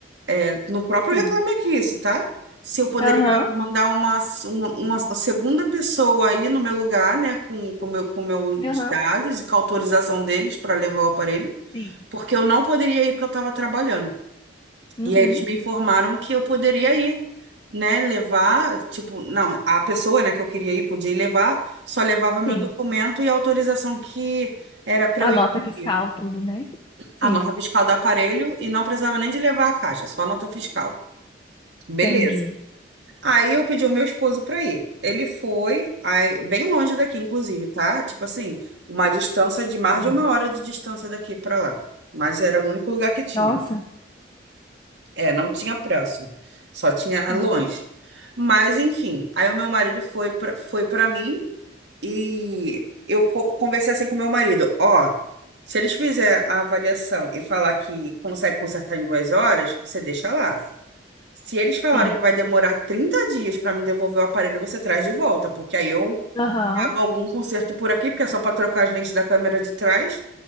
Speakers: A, on the right (about 70°); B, on the left (about 25°).
A: é, no próprio
B: Sim.
A: Reclame Aqui isso, tá? Se eu poderia
B: Aham.
A: mandar uma, uma, uma segunda pessoa aí no meu lugar, né, com, com meu, com meus
B: Aham.
A: dados e com a autorização deles para levar o aparelho,
B: Sim.
A: porque eu não poderia ir porque eu estava trabalhando.
B: Uhum.
A: E aí eles me informaram que eu poderia ir, né? Levar, tipo, não, a pessoa, né, que eu queria ir podia ir levar, só levava meu
B: Sim.
A: documento e a autorização que era para
B: A
A: eu
B: nota
A: imprimir.
B: fiscal, tudo, né? Sim.
A: A nota fiscal do aparelho e não precisava nem de levar a caixa, só a nota fiscal. Beleza.
B: Entendi.
A: Aí eu pedi o meu esposo para ir. Ele foi, aí, bem longe daqui, inclusive, tá? Tipo assim, uma distância de mais
B: Sim.
A: de uma hora de distância daqui para lá. Mas era o único lugar que tinha.
B: Nossa,
A: É, não tinha próximo, só tinha
B: nossa,
A: longe. Mas enfim, aí o meu marido foi pra, foi para mim e eu co- conversei assim com o meu marido, ó, se eles fizerem a avaliação e falar que consegue consertar em duas horas, você deixa lá. Se eles falarem
B: sim.
A: que vai demorar 30 dias para me devolver o aparelho, você traz de volta, porque aí eu
B: Aham,
A: pago algum conserto por aqui, porque é só para trocar as lentes da câmera de trás,